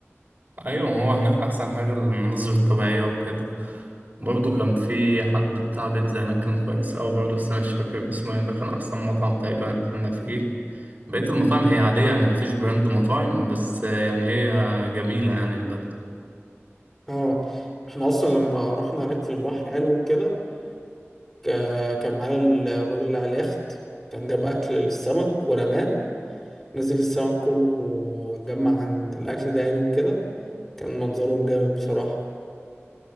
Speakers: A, on the right (about 40°); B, in the centre.
A: ايوه ما هو هناك احسن حاجه المناظر الطبيعيه وكده برضو كان في حد بتاع بيتزا هناك كان كويس اوي برضو بس انا مش فاكر اسمه يعني ده كان احسن مطعم تقريبا اكلنا فيه بقيه المطاعم هي عاديه يعني مفيش براند مطاعم بس يعني هي جميله يعني البلد
B: اه احنا اصلا لما رحنا هناك في البحر يعني وكده كا- كان معانا ال- الراجل اللي على اليخت كان جاب اكل للسمك ورماه نزل السمك كله وجمع عند الاكل ده يعني وكده كان منظرهم جامد بصراحة